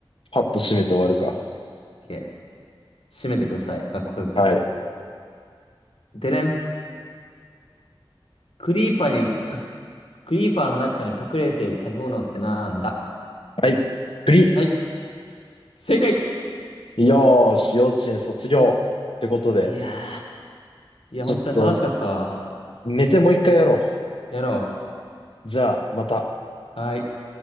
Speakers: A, on the left; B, on the left.
A: パッと締めて終わるか。
B: OK。締めてください。かっこよく。
A: はい。
B: でれん。クリーパーにかクリーパーの中に隠れている食べ物ってなんだ
A: はい。プリ。
B: はい、正解
A: よーし、幼稚園卒業。ってことで、
B: いやー。いや、
A: ちょっと
B: 本当に楽しかったわ。
A: 寝てもう一回やろ
B: やろ
A: う。じゃあ、また。
B: う。はーい。